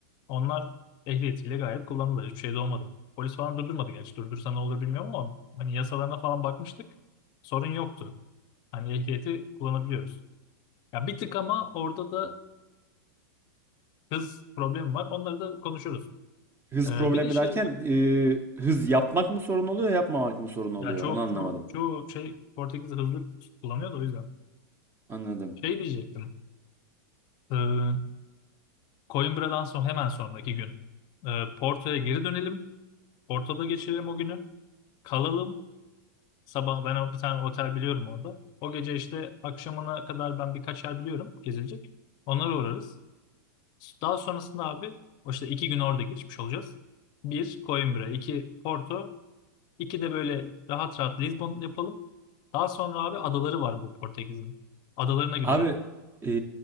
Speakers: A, on the left (about 40°); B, on the right (about 20°).
A: Onlar ehliyetiyle gayet kullanılır. Hiçbir şey de olmadı. Polis falan durdurmadı gerçi. Durdursa ne olur bilmiyorum ama hani yasalarına falan bakmıştık. Sorun yoktu. Hani ehliyeti kullanabiliyoruz. Ya bir tık ama orada da hız problemi var. Onları da konuşuruz.
B: Hız
A: Ee,
B: problemi
A: bir de şey
B: derken
A: var.
B: e, hız yapmak mı sorun oluyor, yapmamak mı sorun oluyor?
A: Ya çok
B: Onu anlamadım.
A: çoğu, çoğu şey Portekiz hızlı kullanıyor da o yüzden.
B: Anladım.
A: Şey diyecektim. Ee, Coimbra'dan sonra hemen sonraki gün. Ee, Porto'ya geri dönelim. Porto'da geçirelim o günü. Kalalım. Sabah ben o- bir tane otel biliyorum orada. O gece işte akşamına kadar ben birkaç yer biliyorum gezilecek. Onlara uğrarız. Daha sonrasında abi o işte iki gün orada geçmiş olacağız. Bir Coimbra, iki Porto, iki de böyle rahat rahat Lisbon yapalım. Daha sonra abi adaları var bu Portekiz'in. Adalarına gideceğiz.
B: Abi e,